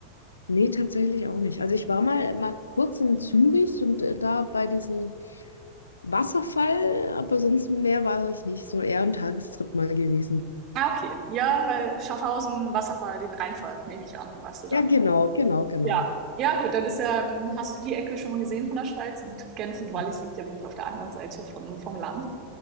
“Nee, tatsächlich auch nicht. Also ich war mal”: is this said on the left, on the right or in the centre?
Left